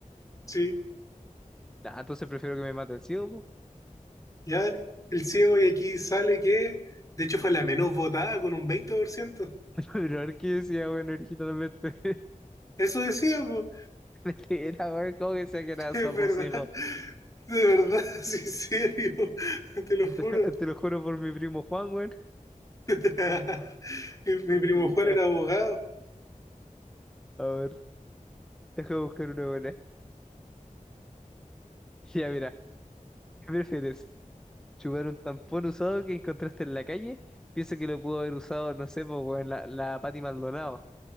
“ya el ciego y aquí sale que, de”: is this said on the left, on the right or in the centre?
Left